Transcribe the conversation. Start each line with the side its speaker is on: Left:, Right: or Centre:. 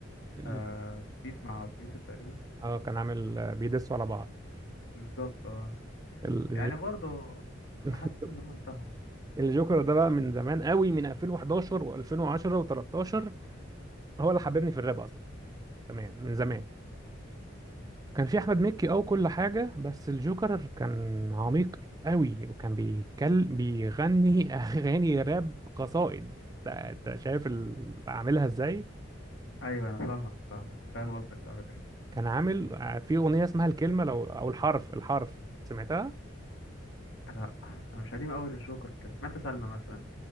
Right: ال-
Left: آه بيف مع أبي يوسف تقريبا
Right: اه كان عامل آه، بيدسوا على بعض
Left: بالظبط اه
Right: ال-
Left: يعني
Right: الج-
Left: برضو
Right: <laughs>
Left: حاسس ان هم انتهوا
Right: الجوكر ده بقى من زمان قوي من 2011 و2010 و13 هو اللي حببني في الراب اصلا تمام من زمان كان في احمد مكي او كل حاجه بس الجوكر كان عميق قوي وكان بيتكلم بيغني <laughs> اغاني راب قصائد انت شايف ال- عاملها ازاي
Left: ايوه انا فاهمك فاهمك فاهم قصدك على فكره
Right: كان عامل آه، في اغنيه اسمها الكلمه لو او الحرف الحرف سمعتها
Left: لا انا مش قديم اول الجوكر كنت سمعت سلمى مثلا